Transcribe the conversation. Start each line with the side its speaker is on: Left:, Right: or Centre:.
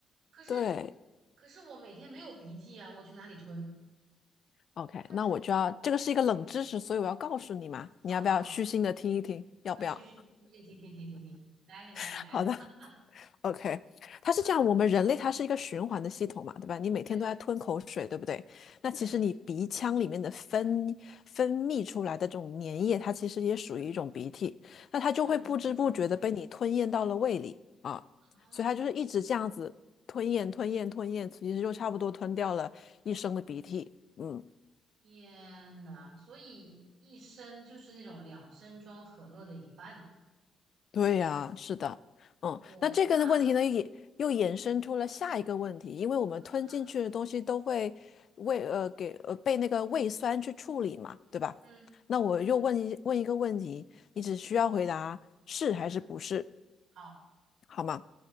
Right: 可是
Left: 对
Right: 可是我每天没有鼻涕啊，我去哪里吞？
Left: ，OK，
Right: 它是，
Left: 那我就要，这个是一个冷知识，所以我要告诉你嘛，
Right: 好好，
Left: 你要不要虚心的听一听？
Right: 你来
Left: 要不要？
Right: 啊，去去去去，停停停停停，来你来你来，
Left: <laughs> 好的，
Right: <laughs>
Left: OK，它是这样，
Right: 嗯，
Left: 我们人类它是一个循环的系统嘛，对吧？你每天都在吞口水，
Right: 对
Left: 对不对？那其实你鼻腔里面的分分泌出来的这种粘液，
Right: 对，
Left: 它其实也属于一种鼻涕，
Right: 嗯
Left: 那它就会不知不觉的被你吞咽到了胃里啊，
Right: 嗯嗯，哦，
Left: 所以它就是一直这样子吞咽、吞咽、吞咽，其实就差不多吞掉了一升的鼻涕。嗯，
Right: 天呐，所以一升就是那种两升装可乐的一半，
Left: 对呀，是的，嗯，
Right: 我我那。
Left: 那这个的问题呢，也又衍生出了下一个问题，因为我们吞进去的东西都会胃呃给呃被那个胃酸去处理嘛，
Right: 啊
Left: 对吧？
Right: 嗯嗯
Left: 那我又问一问一个问题，你只需要回答是还是不是，
Right: 嗯嗯，嗯好
Left: 好吗？